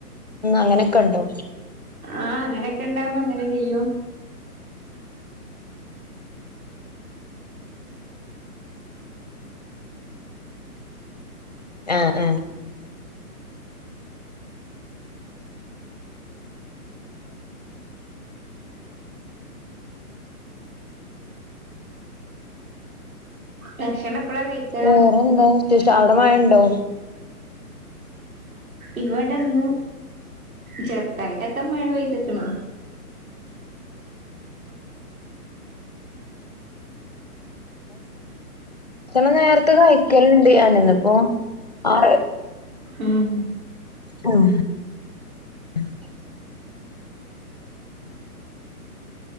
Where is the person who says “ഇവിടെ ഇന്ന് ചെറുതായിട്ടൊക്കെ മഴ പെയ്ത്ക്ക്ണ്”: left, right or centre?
Right